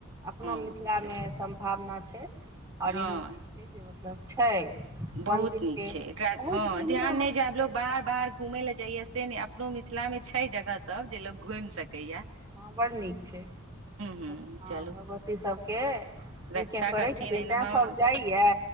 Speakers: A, on the right; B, on the right.
A: अपनो
B: हँ
A: मिथिलामे
B: छै
A: सम भावना छै आओर
B: हँ
A: एहन छै जे मतलब छै।
B: बहुत
A: मन्दिरके
B: नीक छैय एकरा
A: बहुत
B: हँ
A: सुन्दर
B: ध्यान
A: मन्दिर
B: नहि जा आब
A: छै
B: लोग बाहर बाहर घूमे ले जइये से ने अपनो मिथिला में छैय जगह सब जे लोग घूम सके या।
A: हँ बड़ नीक छैय
B: हूँ
A: हँ
B: चलू
A: भगवती सभके नीके
B: रक्षा
A: करैत
B: करथिन
A: छथिन
B: एना
A: तैँसभ
B: हँ
A: जाइए